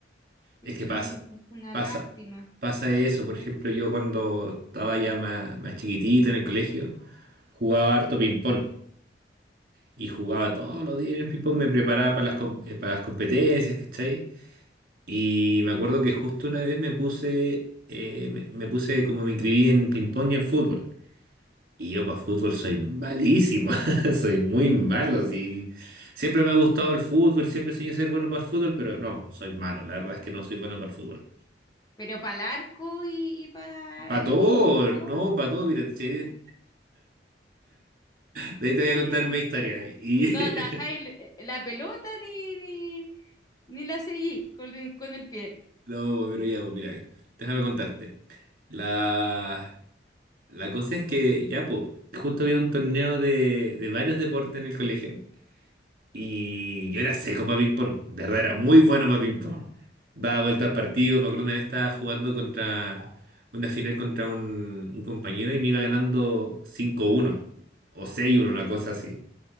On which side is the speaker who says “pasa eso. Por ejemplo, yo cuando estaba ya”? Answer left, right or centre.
Right